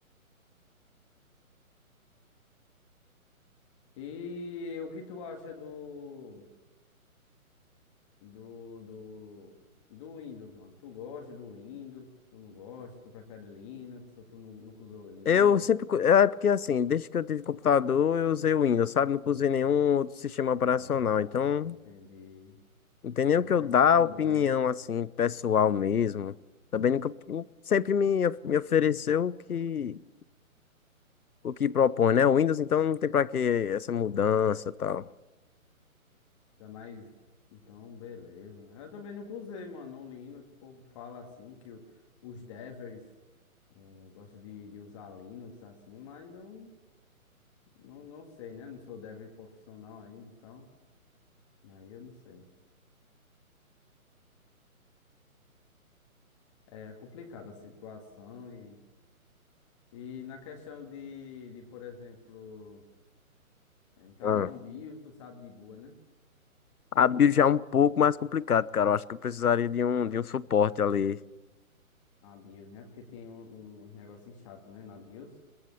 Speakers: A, on the left (about 20°); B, on the left (about 80°).
A: E o que tu acha do, do, do, do Windows, mano? Tu gosta do Windows? Tu não gosta? Tu prefere Linux? Ou tu nu- nunca usou Linux?
B: Eu sempre. cu- É porque assim, desde que eu tive computador, eu usei o Windows, sabe? Nunca usei nenhum outro sistema
A: Ah,
B: operacional. Então,
A: entendi.
B: não tem nem
A: Tu é
B: o que
A: mais
B: eu dar
A: fanboy,
B: opinião,
A: né?
B: assim, pessoal mesmo. Também nunca. Sempre me, of- me ofereceu o que, o que propõe, né? O Windows, então não tem pra que essa mudança e tal.
A: Tu é mais. Então, beleza. Eu também nunca usei, mano, o Linux. O povo fala assim que o- os devers eh, gostam de, de usar Linux assim, mas eu não, não sei, né? Não sou dev profissional ainda então Aí eu não sei. É complicada a situação e, e na questão de, de, por exemplo, entrar
B: Ah.
A: numa BIOS, tu sabe de boa, né?
B: A build já é um pouco mais complicado, cara. Eu acho que eu precisaria de um, de um suporte ali.
A: A BIOS, né? Porque tem um, um negócio chato, né? Na BIOS.